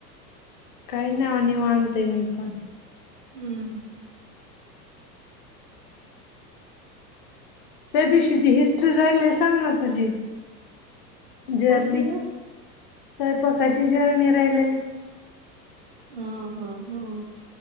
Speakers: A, on the left (about 35°); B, on the right (about 35°).
A: काही नाही आ निवांत आहे मी पण
B: हम्म हम्म
A: त्या दिवशीची हिस्ट्री राहिलेली सांग ना तुझी जर्नी?
B: कोणती ग
A: स्वयंपाकाची जर्णी राहिलेली.
B: हा हा हा